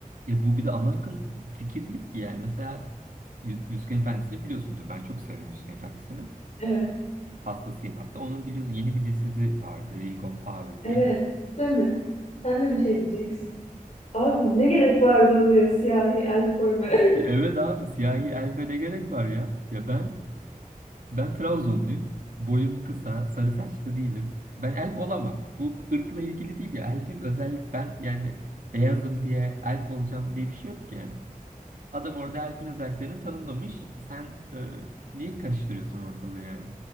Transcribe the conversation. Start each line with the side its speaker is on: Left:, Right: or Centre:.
Right: Ya bu bir de ana akım fikir değil ki yani. Mesela Yü- Yüzüklerin Efendisi'ni biliyorsundur. Ben çok severim Yüzüklerin Efendisi'ni.
Left: Evet,
Right: Hastasıyım hatta. Onun biliyorsun yeni bir dizisi vardı. Ring of Power
Left: evet.
Right: diye.
Left: Değil mi? Sen de bir şey diyeceksin. Abi ne gerek vardı oraya siyahi el koymaya? <laughs>
Right: E, Evet abi siyahi elfe ne gerek var ya? Ya ben ben Trabzonluyum. Boyum kısa, sarı saçlı değilim. Ben elf olamam. Bu ırkla ilgili değil ya. Elfim özellik ben yani beyazım diye elf olacağım diye bir şey yok ki yani. Adam orada elfin özelliklerini tanımlamış. Sen e, niye karıştırıyorsun ortalığı yani?